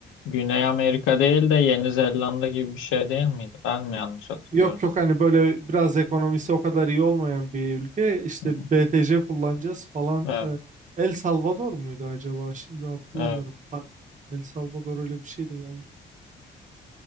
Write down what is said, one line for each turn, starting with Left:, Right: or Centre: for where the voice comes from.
Left: Güney Amerika değil de Yeni Zelanda gibi bir şey değil miydi? Ben mi yanlış hatırlıyorum?
Right: Yok yok hani böyle biraz ekonomisi o kadar iyi olmayan bir ülke işte
Left: Hı hı.
Right: BTC kullanacağız falan.
Left: Evet.
Right: E, El Salvador muydu acaba? Şimdi hatırlamıyorum.
Left: Evet.
Right: Pa- El Salvador öyle bir şeydi galiba.